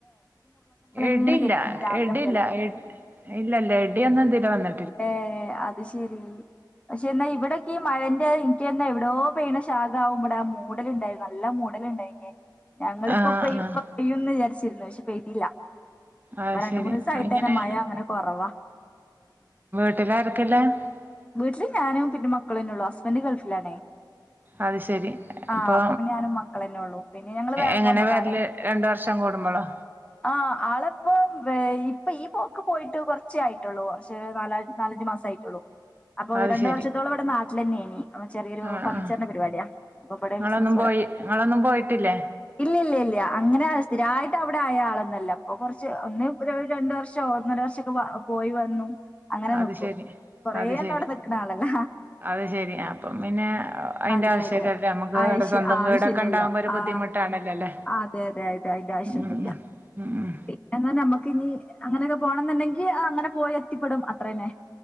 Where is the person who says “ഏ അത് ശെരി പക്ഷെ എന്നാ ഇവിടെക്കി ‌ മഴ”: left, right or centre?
Left